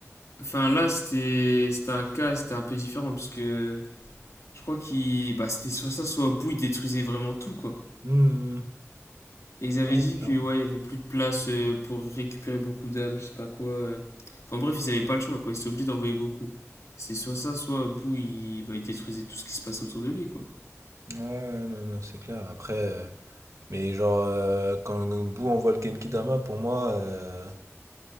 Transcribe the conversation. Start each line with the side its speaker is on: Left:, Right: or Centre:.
Left: Enfin, là, c'était c'était un cas, c'était un peu différent, parce que je crois qu'il. Bah, c'était soit ça, soit au bout, il détruisait vraiment tout, quoi.
Right: Hmm.
Left: Et ils avaient
Right: Ouais,
Left: dit
Right: carrément.
Left: que ouais, il y avait plus de place euh, pour récupérer beaucoup d'âmes, je sais pas quoi. euh. Enfin bref, ils avaient pas le choix quoi, ils étaient obligés d'envoyer Goku. C'est soit ça, soit Boo il, bah, il détruisait tout ce qui se passait autour de lui quoi.
Right: Ouais, non, non, c'est clair. Après, euh, mais genre, euh, quand Boo envoie le Genkidama, pour moi, euh,